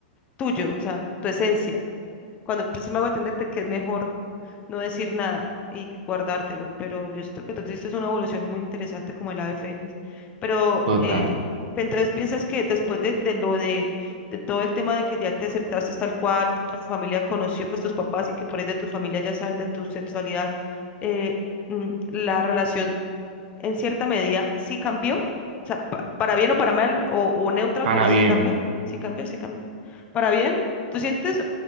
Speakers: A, on the left (about 25°); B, on the right (about 75°).
A: tuyo, o sea, tu esencia. Cuando pues, sí me hago entender de que es mejor no decir nada y guardártelo, pero yo siento que tú tuviste una evolución muy interesante como el ave fénix, pero
B: Total.
A: eh, entonces piensas que después de, de lo de, de todo el tema de que ya te aceptaste tal cual, tu familia conoció pues tus papás y que por ahí de tu familia ya saben de tu sexualidad, eh, mm, la relación en cierta medida sí cambió, o sea, pa- para bien o para mal o, o neutra,
B: Ahora
A: pero sí
B: bien,
A: cambió, sí cambió, sí cambió, para bien. ¿Tú sientes